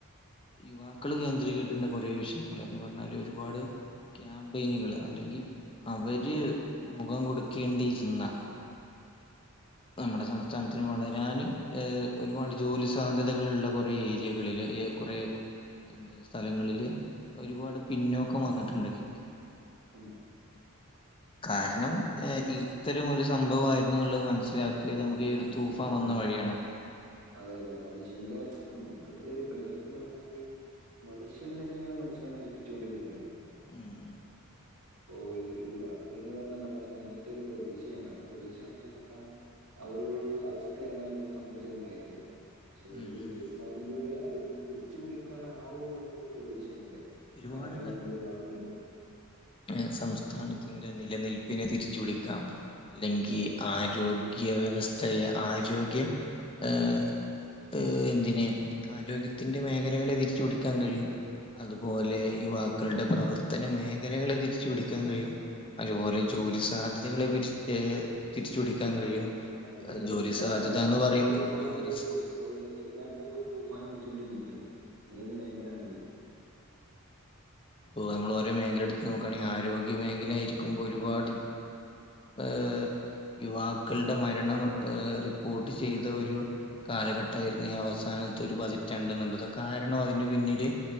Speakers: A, on the left (about 25°); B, on the right (about 85°).
A: യുവാക്കള് കേന്ദ്രീകരിക്കേണ്ട കുറേ വിഷയങ്ങള് എന്നു പറഞ്ഞാൽ ഒരുപാട് ക്യാമ്പയിനുകൾ അല്ലെങ്കി അവര് മുഖം കൊടുക്കേണ്ടിയിരുന്ന നമ്മുടെ സംസ്ഥാനത്തിന് വളരാന് ഏ ഒരുപാട് ജോലി സാധ്യതകളുള്ള കുറേ ഏരിയകളില് ഏ കുറേ എന്റെ സ്ഥലങ്ങളില് ഒരുപാട് പിന്നോക്കം വന്നിട്ടുണ്ടെങ്കി <inaudible>
B: ഉം.
A: കാരണം ഏഹ് ഇത്തരം ഒരു സംഭവയിരുന്നു എന്നുള്ളത് മനസ്സിലാക്കി ക്കിയത് നമുക്ക്
B: ആ,
A: ഈ ഒരു
B: മനുഷ്യൻ
A: തൂഫൻ വന്ന
B: ആ
A: വഴിയാണ്.
B: അതെ അതെ മനുഷ്യന്റെ മൊത്തത്തില് മെയിൻ ആയിട്ട് പറഞ്ഞാല് മനുഷ്യൻ തന്നെയാണ് മനുഷ്യനെ നയിപ്പിച്ചുകൊണ്ടിരിക്കുന്നത്
A: ഉം ഉം.
B: ഓ യു യുവാക്കൾ എന്ന് പറഞ്ഞാ നമ്മുടെ നാളത്തെ ഒരു പ്രതീക്ഷയാണ് ആ പ്രതീക്ഷ നഷ്ടപ്പെട്ടാ ആ ഒരു അവസ്ഥയാണ് നമ്മളെ സമൂഹത്തിൽ ഉണ്ടായിരുന്നെ പക്ഷേ ഈ
A: ഉം
B: ഒരു
A: ഉം
B: തൂഫാൻ അതിലൂടെ അതിൽ തിരിച്ചു പിടിക്കാനാവും എന്നൊരു പ്രതീക്ഷയുണ്ട്.
A: ഒരുപാട്
B: അയ് ഏഹ് ഞമ്മളെ യുവാക്കൾ ആഹ്
A: ഏഹ് സംസ്ഥാനത്തിൻ്റെ നിലനിൽപ്പിനെ തിരിച്ചു പിടിക്കാം അല്ലെങ്കി
B: അതെ
A: ആരോ ഗ്യ വ്യവസ്ഥയെ ആരോഗ്യ ഏ.. ഏഹ് എന്തിന് ആരോഗ്യത്തിൻ്റെ മേഖലകളെ തിരിച്ചു പിടിക്കാൻ കഴിയും
B: ആ,
A: ഓലെ യുവാക്കളുടെ പ്രവർത്തന മേഖലകളെ തിരിച്ചു പിടിക്കാൻ കഴിയും. അജോലെ
B: ഉം.
A: ജോലി സ് സാധ്യതകളെ പിരിച് ഏ തിരിച്ചു പിടിക്കാൻ കഴിയും
B: ആഹ്‌ ഏത്
A: ജോലി
B: എല്ലാ
A: സാധ്യത
B: നെലക്കും
A: എന്ന് പറയുമ്പോ
B: തൂഫാൻ
A: ജോലി
B: എന്നുള്ളതൊരു
A: സ്
B: എല്ലാ നെലക്കും ഒരു തൂഫാൻ അടിച്ചുകൊണ്ടിരിക്കയാണ് ഏത് മേഖല ആണെങ്കിലും <inaudible>
A: ഇപ്പൊ നമ്മൾ ഓരോ മേഖല എടുത്ത് നോക്കുകയാണെങ്കിൽ ആരോഗ്യ മേഖലായിയിരിക്കുമ്പോൾ ഒരുപാട് ഏ യുവാക്കളുടെ മരണം റിപ്പോർട്ട് ചെയ്ത ഒരു കാലഘട്ടമായിരുന്നു ഈ അവസാനത്തേ ഒരു പതിറ്റാണ്ട് എന്നുള്ളത് കാരണം അതിന് പിന്നില്